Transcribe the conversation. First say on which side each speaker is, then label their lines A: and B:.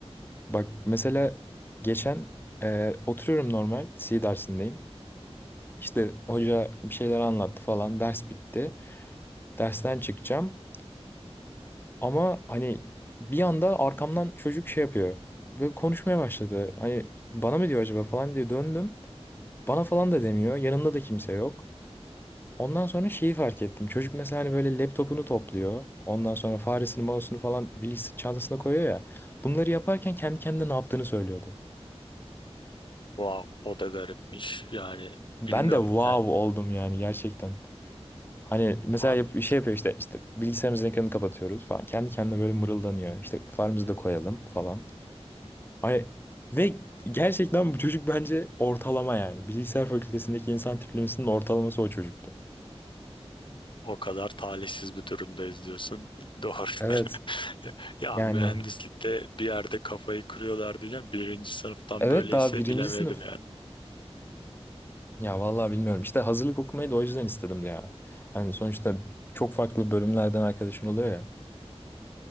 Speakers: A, on the left; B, on the left.
A: Bak mesela geçen e, oturuyorum normal C dersindeyim. İşte hoca bir şeyler anlattı falan ders bitti. Dersten çıkacağım. Ama hani bir anda arkamdan çocuk şey yapıyor. Böyle konuşmaya başladı. Hani bana mı diyor acaba falan diye döndüm. Bana falan da demiyor. Yanında da kimse yok. Ondan sonra şeyi fark ettim. Çocuk mesela hani böyle laptopunu topluyor. Ondan sonra faresini, mouse'unu falan bilgisayar çantasına koyuyor ya. Bunları yaparken kendi kendine ne yaptığını söylüyordu.
B: wow, o da garipmiş. Yani
A: Ben
B: bilmiyorum
A: de wow
B: yani
A: oldum yani gerçekten. Hani mesela
B: an-
A: yap- şey yapıyor işte işte bilgisayarımızın ekranını kapatıyoruz falan. Kendi kendine böyle mırıldanıyor. İşte faremizi de koyalım falan. Ay, ve gerçekten bu çocuk bence ortalama yani. Bilgisayar fakültesindeki insan tiplemesinin ortalaması o çocuktu.
B: o kadar talihsiz bir durumdayız diyorsun. <laughs> Doğru.
A: Evet.
B: <laughs> Ya
A: Yani.
B: mühendislikte bir yerde kafayı kırıyorlar diyeceğim. Birinci sınıftan
A: Evet
B: böyleyse
A: daha birinci
B: bilemedim
A: sınıf.
B: yani.
A: Ya vallahi bilmiyorum. İşte hazırlık okumayı da o yüzden istedim de ya. Hani sonuçta çok farklı bölümlerden arkadaşın oluyor ya.